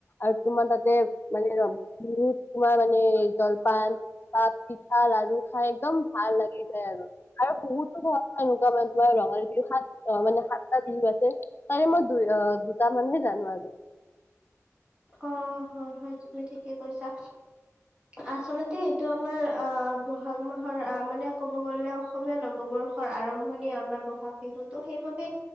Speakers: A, on the left; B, on the right.
A: আৰু তোমাৰ তাতে মানে <unintelligible> তোমাৰ মানে জলপান, <unintelligible> পিঠা, লাৰু খাই একদম ভাল লাগি যায় আৰু! আৰু বহুতো ধৰা এনেকুৱা মানে তোমাৰ ৰঙালী বিহু সাত অ' মানে সাতটা বিহু আছে, তাৰে মই দুই অ' দুটা মানুহে জানো আৰু!
B: অ' হয়, হয়, তুমি ঠিকে কৈছা। আচলতে এইটো আমাৰ আ ব'হাগ <unintelligible> আহ মানে ক'ব গ'লে অসমীয়া নৱবৰ্ষৰ আৰম্ভণি আমাৰ ব'হাগ বিহুতো। সেইবাবে